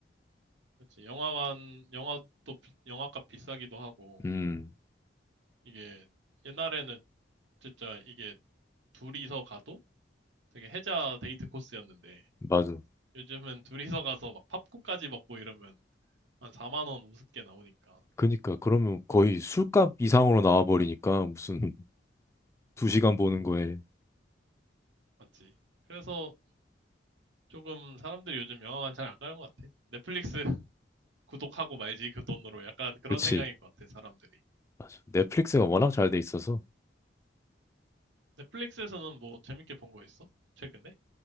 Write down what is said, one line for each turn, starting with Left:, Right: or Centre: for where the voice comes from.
Right: 그렇지. 영화관, 영화도, 비- 영화값 비싸기도 하고,
Left: 음,
Right: 이게 옛날에는 진짜 이게 둘이서 가도 되게 혜자 데이트 코스였는데
Left: 맞아.
Right: 요즘은 둘이서 가서 막 팝콘까지 먹고 이러면 한 4만 원 우습게 나오니까.
Left: 그니까 그러면 거의 술값 이상으로 나와버리니까 무슨 <laughs> 두 시간 보는 거에.
Right: 맞지? 그래서 조금 사람들이 요즘 영화관 잘 안 가는 것 같아. 넷플릭스 <laughs> 구독하고 말지 그 돈으로 약간 그런
Left: 그치.
Right: 생각인 것 같아, 사람들이.
Left: 맞아. 넷플릭스가 워낙 잘 돼 있어서.
Right: 넷플릭스에서는 뭐 재밌게 본 거 있어? 최근에?